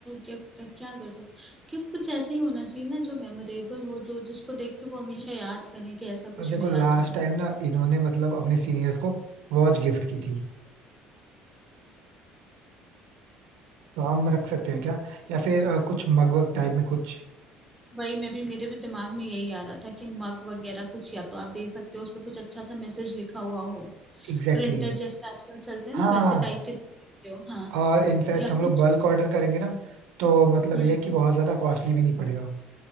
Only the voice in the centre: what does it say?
गिफ्ट का क्या कर सकते गिफ्ट कुछ ऐसा ही होना चाहिए ना जो मेमोरेबल हो जो जिसको देख के वो हमेशा याद करें कि ऐसा कुछ
मिला
था
वही मैं भी मेरे भी दिमाग में यही आ रहा था कि मग वगैरह कुछ या तो आप दे सकते हो उस पर कुछ अच्छा सा मैसेज लिखा हुआ हो
प्रिंटर
जैसे आजकल चलते हैं
ना वैसे टाइप के दे सकते हो हाँ
या
कुछ
हम्म।